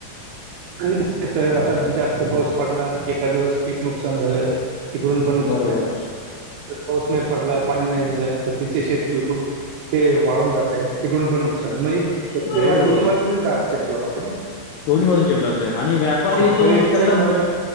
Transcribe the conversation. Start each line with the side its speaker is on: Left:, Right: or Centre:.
Right: आणि कसं जास्त पाऊस पडला एक. एखा दिवस पीक नुकसान झालं तिकडून पण नुकसान
Left: बरोबर
Right: आहे. पाऊस नाही पडला पाणी नाही झालं तर तिचे शेत बर करून. ते वाळून जातात तिकडून पण नुकसान म्हणजे शेतकरी
Left: आहे हो
Right: हा दोन्ही बाजून दा चेपलात जात ना.
Left: दोन्ही बाजून चेपलात आहे आणि व्यापारी
Right: शेतकऱ्याचं
Left: तो त्याचा म
Right: मरण